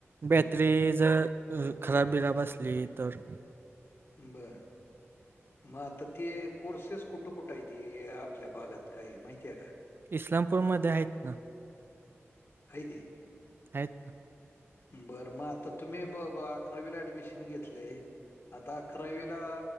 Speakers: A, on the right (about 50°); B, on the left (about 60°).
A: बॅटरी जर खराब बिराब असली तर.
B: बंर म आता ते कोर्सेस कुठं कुठं हायती, आपल्या भागात काय माहिती आहे का?
A: इस्लामपूरमध्ये आहेत ना.
B: हायती
A: आहेत
B: बरं मग आता तुम्ही ब ब अकरावीला ऍडमिशन घेतलंय. आता अकरावीला